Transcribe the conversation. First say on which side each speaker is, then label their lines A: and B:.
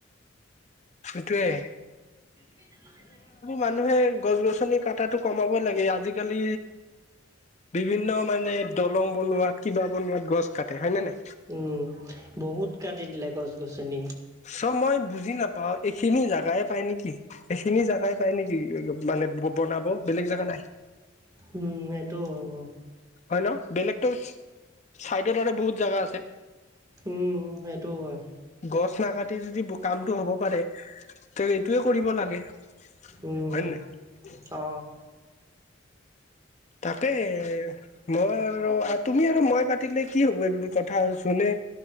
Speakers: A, on the left; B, on the right.
A: এটোৱে
B: <inaudible>
A: মানুহে গছ -গছনি কাটাটো কমাব লাগে। আজিকালি বিভিন্ন মানে দলং বনোৱাত, কিবা বনোৱাত গছ কাটে হয় নে নাই?
B: উম, বহুত কাটি দিলে গছ- গছনি।
A: চ' মই বুজি নাপাও এইখিনি জোগাই পাই নেকি-এইখিনি জোগাই পায় নেকি মানে? বনাব বেলেগ জেগা নাই?
B: উম, সেইটো হয় উম।
A: হয়, ন' বেলেগতো চাইডত আৰু বহুত জাগা আছে।
B: উম, সেইটোও হয়।
A: গছ নাকাটি যদি কামটো হ'ব পাৰে ত'এইটোয়ে কৰিব লাগে হয়
B: উম
A: নে নাই?
B: অ
A: তাকে মই আৰু, তুমি আৰু মই পাতিলে কি হ'ব এইবোৰ কথা জোনে